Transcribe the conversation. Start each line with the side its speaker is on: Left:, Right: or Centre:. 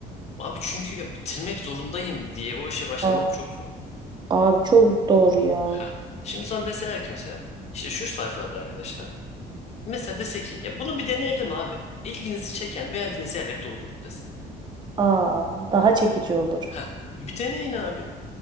Left: Abi çünkü ya bitirmek zorundayım diye o işe başlamak
Right: Ha,
Left: çok zor.
Right: Abi çok doğru ya.
Left: Heh. Şimdi sana deseler ki mesela işte şu sayfalarda arkadaşlar. Mesela dese ki ya bunu bir deneyelim abi. İlginizi çeken beğendiğiniz yerleri doldurun dese.
Right: Aa, daha çekici olur.
Left: Heh. Bir deneyin abi.